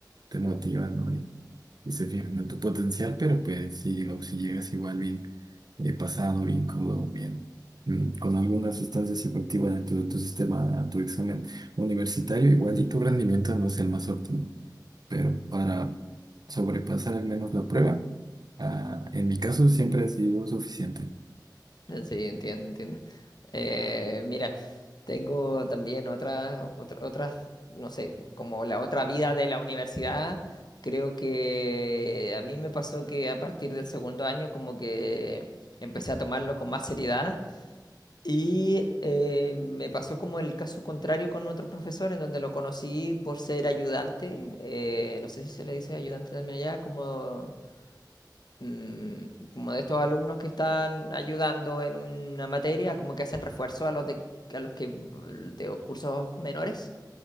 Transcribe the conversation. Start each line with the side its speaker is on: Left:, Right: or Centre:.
Right: te motiva, ¿no? y se fijan en tu potencial, pero pues si, digo, si llegas igual bien eh, pasado, bien crudo, bien mm, con alguna sustancia psicoactiva dentro de tu sistema a tu examen universitario, igual y tu rendimiento no es el más óptimo, pero para sobrepasar al menos la prueba, ah, en mi caso siempre ha sido suficiente.
Left: eh, sí, entiendo, entiendo. Eh, mira, tengo también otras, otra- otras, no sé, como la otra vida de la universidad. Creo que a mí me pasó que a partir del segundo año como que empecé a tomarlo con más seriedad y eh, me pasó como el caso contrario con otro profesor en donde lo conocí por ser ayudante, eh, no sé si se le dice ayudante también allá, como... mm, como de estos alumnos que están ayudando en una materia, como que hacen refuerzo a los de, a los que de cursos menores.